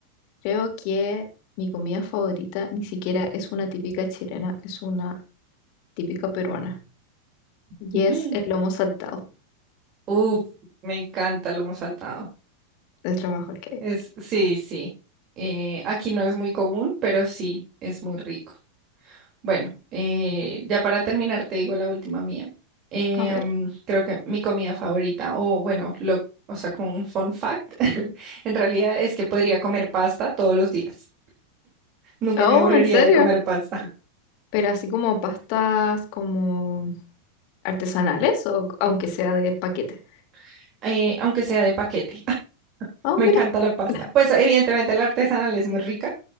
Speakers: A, on the left; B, on the right.
A: Creo que mi comida favorita ni siquiera es una típica chilena, es una típica peruana. Y
B: Mm.
A: es el lomo saltado.
B: Uf, me encanta lo hemos saltado.
A: Es lo mejor que hay.
B: Es, sí, sí. Eh, aquí no es muy común, pero sí, es muy rico. Bueno, eh, ya para terminar, te digo la última mía. Eh,
A: A ver.
B: mm, creo que mi comida favorita, o bueno, lo, o sea, como un fun fact, <laughs> en realidad es que podría comer pasta todos los días. Nunca
A: Oh,
B: me aburriría
A: ¿en serio?
B: de comer pasta,
A: Pero así como pastas como artesanales o aunque sea de paquete.
B: <laughs> eh, aunque sea de paquete. <laughs>
A: Ah,
B: Me
A: mira,
B: encanta la pasta.
A: <laughs>
B: Pues evidentemente la artesanal es muy rica,